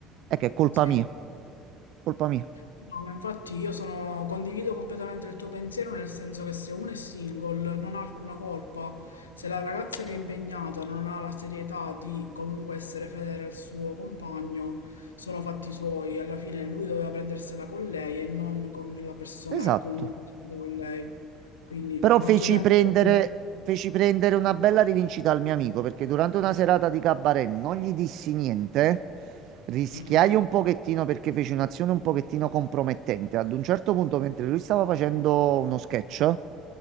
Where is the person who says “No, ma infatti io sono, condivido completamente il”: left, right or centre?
Left